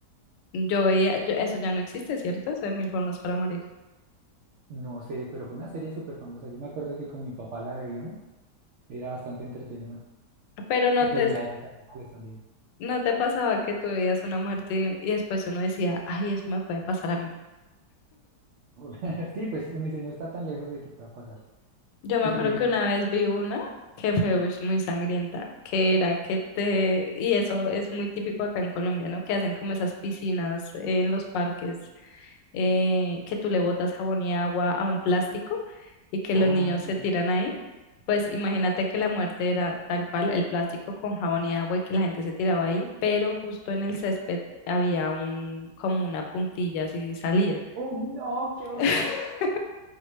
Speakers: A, on the left (about 85°); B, on the right (about 85°).
A: Yo veía, yo- eso ya no existe, ¿cierto? Eso de mil formas para morir.
B: No sé, pero fue una serie súper famosa. Yo me acuerdo que con mi papá la veíamos. Era bastante entretenido.
A: Pero no
B: Y pues
A: te,
B: la de los animales también.
A: no te pasaba que tú veías una muerte y, y después uno decía, ay, eso me puede pasar a mí.
B: <laughs> Sí, pues uno dice, no está tan lejos de que pueda pasar.
A: Yo me
B: Y,
A: acuerdo
B: eh,
A: que una vez vi una que fue ush, muy sangrienta, que era que te, y eso es muy típico acá en Colombia, ¿no? Que hacen como esas piscinas en los parques eh, que tú le botas jabón y agua a un plástico y que
B: ah,
A: los niños se
B: sí.
A: tiran ahí, pues imagínate que la muerte era tal cual, el plástico con jabón y agua y que la gente se tiraba ahí, pero justo en el césped había un, como una puntilla así salida.
B: ¡Oh, no! ¡Qué horror!
A: <laughs>